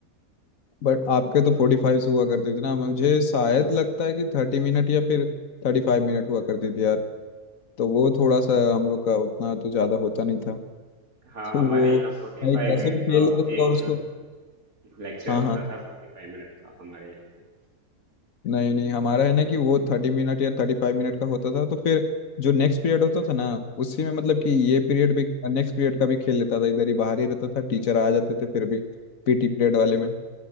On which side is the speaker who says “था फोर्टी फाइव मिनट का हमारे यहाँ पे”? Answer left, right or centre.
Right